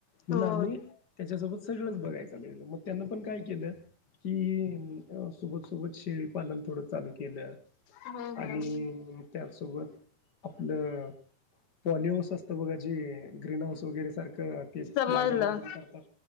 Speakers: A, on the left (about 40°); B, on the left (about 70°).
A: म्हणून
B: होय.
A: आम्ही त्याच्यासोबत सगळंच बघायचं लागलो मग त्यांना पण काय केलं की सोबत सोबत शेळीपालन थोडं चालूत केलं
B: हम्म
A: आणि
B: हम्म
A: त्याचसोबत आपलं पॉलि हाऊस असतं बघा जी ग्रीन हाऊस वगैरे सारखं ते प्लांट
B: समजलं
A: बांधून करतात